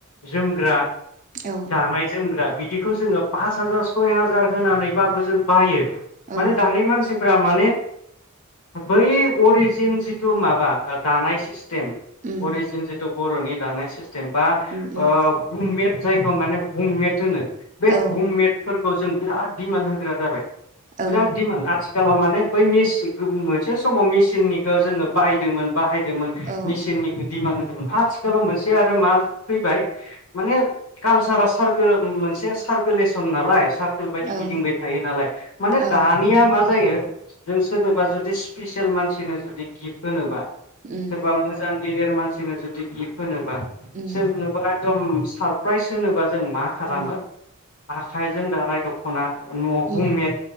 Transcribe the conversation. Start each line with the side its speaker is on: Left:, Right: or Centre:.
Left: जोमग्रा
Right: औ
Left: दानाय जोमग्रा बि दिखौ जोङो पास हाजार सय हाजार होनानैबाबो जों बायो।
Right: औ
Left: माने दानि मानसि फोरा माने बै अरिजिन जिथु माबा ओ दानाय सिस थिम
Right: उम
Left: अरिजिन जिथु बर'नि दानाय सिस थिम बा
Right: उम
Left: ओ
Right: उम
Left: <unintelligible> जायखौ माने हममेद होनो बे
Right: औ
Left: हममेद फोर खौ जों बिराद दिमान होग्रा जाबाय
Right: औ
Left: बिराद दिमान आथि खालाव माने बै <unintelligible> मोनसे समाव मेसिननिखो जोङो बाहायदोमोन बाहायदोमोन
Right: औ
Left: मेसिननिखो दिमान दे बुं हाथिखालाव मोनसे आरो मा फैबाय माने कालसारा सारकोल उम मोनसे सारकोलेसन नालाय। सारकोल बायदि
Right: औ
Left: गिदिंबाय थायो नालाय। माने
Right: औ
Left: दानियाम। मा जायो जों सोरनोबा जुदि सिपिसेल मानसिनो जुदि गिफ होनोबा
Right: उम
Left: सोरबा मोजां गे देर मानसिनो जुदि गिफ होनोब बा
Right: उम
Left: सोरनोबा एकदम सारप्राइज होनोबा जों मा खालामो
Right: उम
Left: आखाइजों दानाय द'खना नउममेद।
Right: उम